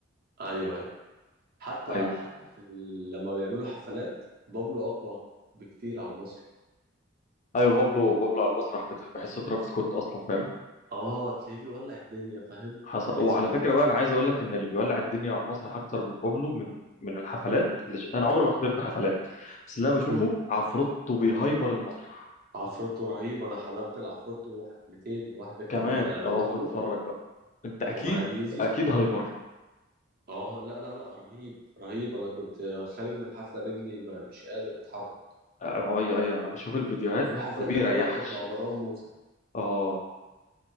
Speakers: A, on the right; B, on the left.
A: ايوه ايوه حتى
B: ايوه
A: حتى في ال... لما بيعملوا حفلات بابلو اقوى بكتير على المسرح
B: ايوه بابلو بابلو على المسرح بت- بحسه ترافيس سكوت اصلا فاهم
A: اه تلاقيه بيولع الدنيا فاهم
B: حصل
A: كاريزما
B: وعلى فكره
A: كده
B: بقى انا عايز اقول لك ان اللي بيولع الدنيا على المسرح اكتر من بابلو من من الحفلات اللي ش... انا عمري ما حضرت حفلات بس اللي انا بشوفه
A: مم.
B: عفروتو بيهايبر المسرح
A: عفروتو رهيب انا حضرت العفروتو حفلتين واحده كان
B: كمان
A: لوحده
B: اهو اتفرج بقى انت اكيد
A: ومعاه ديزي
B: اكيد هايبر
A: اه لا لا لا رهيب رهيب انا كنت خارج من الحفله رجلي ما مش قادر اتحرك
B: اه ايوه ايوه انا بشوف الفيديوهات
A: وفي حفله
B: ما
A: تانية
B: بيريحش
A: بقى كانت مع مروان موسى
B: اه